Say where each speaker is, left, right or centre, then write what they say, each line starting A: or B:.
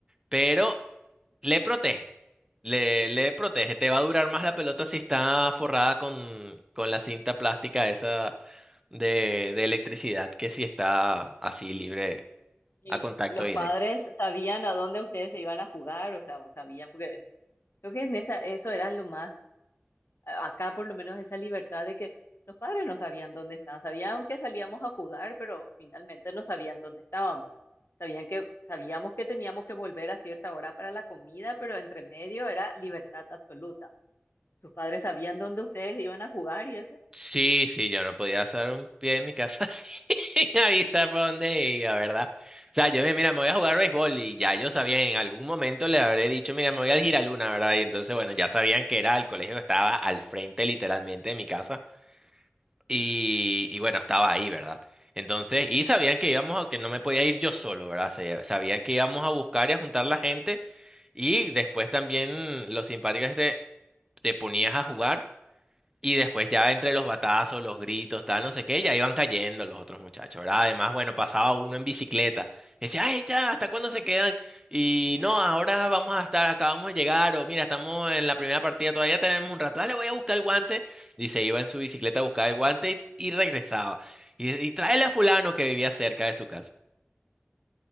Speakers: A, on the right; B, on the left.
A: pero le protege. Le, le protege. Te va a durar más la pelota si está forrada con, con la cinta plástica esa de, de electricidad que si está así libre
B: Y
A: a contacto
B: los
A: directo.
B: padres sabían a dónde ustedes se iban a jugar, o sea, o sabían, porque creo que en esa, eso era lo más, a- acá por lo menos esa libertad de que los padres no sabían dónde estaban, sabían que salíamos a jugar, pero finalmente no sabían dónde estábamos. Sabían que, sabíamos que teníamos que volver a cierta hora para la comida, pero entre medio era libertad absoluta. Tus padres sabían dónde ustedes iban a jugar y eso.
A: Sí, sí, yo no podía hacer un pie en mi casa <laughs> sin avisar por dónde iba, ¿verdad? O sea, yo me, mira, me voy a jugar béisbol y ya yo sabía, en algún momento le habré dicho, mira, me voy al Giraluna, ¿verdad? Y entonces, bueno, ya sabían que era el colegio que estaba al frente literalmente de mi casa y, y bueno, estaba ahí, ¿verdad? Entonces, y sabían que íbamos a, que no me podía ir yo solo, ¿verdad? Se- Sabían que íbamos a buscar y a juntar la gente y después también lo simpático es que te te ponías a jugar. Y después ya entre los batazos, los gritos, tal, no sé qué, ya iban cayendo los otros muchachos, ¿verdad? Además, bueno, pasaba uno en bicicleta. y Decía, ay, ya, ¿hasta cuándo se quedan? Y no, ahora vamos a estar, acabamos de llegar, o mira, estamos en la primera partida, todavía tenemos un rato, dale, voy a buscar el guante. Y se iba en su bicicleta a buscar el guante y, y regresaba. Y, y tráele a fulano que vivía cerca de su casa,